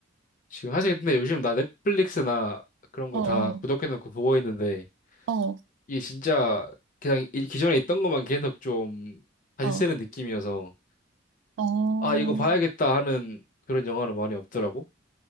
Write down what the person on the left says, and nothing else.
지금 사실 근데 요즘 나 넷플릭스나 그런 거
다 구독해놓고
보고 있는데
이게 진짜 그냥 이- 기존에 있던 것만 계속 좀 다시
쓰는 느낌이어서
아 이거 봐야겠다 하는 그런 영화는 많이 없더라고.